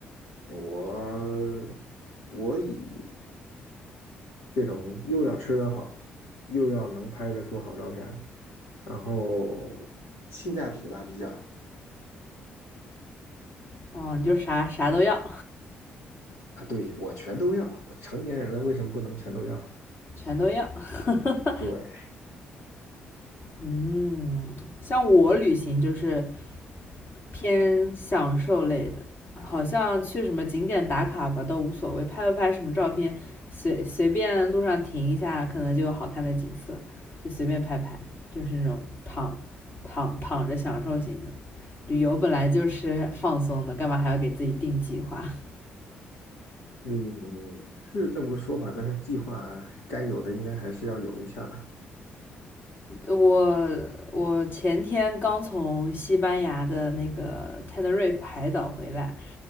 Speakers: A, on the left; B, on the left.
A: 我我以这种又要吃得好，又要能拍得出好照片儿然后性价比吧比较
B: 哦，你就啥啥都要，
A: 啊，对，我全都要，我成年人了为什么不能全都要？
B: 全都要。<laughs>
A: 对，
B: 嗯，像我旅行就是偏享受类的，好像去什么景点打卡吧都无所谓，拍不拍什么照片，随随便路上停一下，可能就有好看的景色，就随便拍拍，就是那种躺躺躺着享受型的。旅游本来就是放松的，干嘛还要给自己定计划？
A: 嗯，是这么个说法，但是计划该有的应该还是要有一下了，
B: 我我前天刚从西班牙的那个 Tenerife 海岛回来，